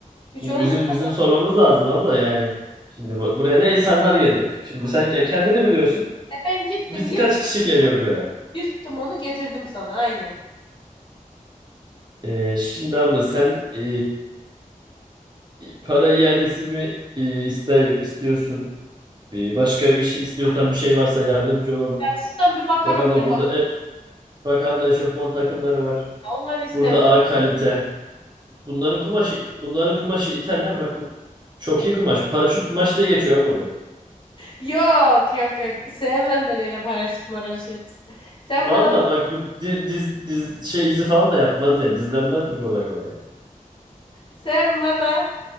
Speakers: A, on the left (about 35°); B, on the right (about 30°).
A: Hiç
B: Şimdi
A: olur
B: bizim
A: mu?
B: bizim sormamız lazım abla yani. Şimdi bu- buraya ne insanlar geliyor. Şimdi sen ya kendini biliyorsun.
A: E ben gittim
B: Biz
A: yırt-
B: kaç kişi geliyor buraya?
A: yırttım onu getirdim sana aynen.
B: E, şimdi abla sen e, para iadesi mi e, iste- istiyorsun? E, başka bir şey istiyorsan bir şey varsa yardımcı olalım.
A: Ya şuradan bir bakalım
B: Bak abla
A: ne var?
B: burada e, bak abla eşofman takımları var.
A: Onları istemem.
B: Burada A kalite. Bunların kumaşı, bunların kumaşı İtalya. Bak bu çok iyi kumaş. Paraşüt kumaş diye geçiyor abla bu.
A: Yok yok yok. Sevmem ben öyle paraşüt maraşüt. Sen
B: Valla
A: bana
B: bak bu di- diz, diz, şey izi falan da yapmaz yani. Dizlenmez bu kolay kolay yani.
A: sen bana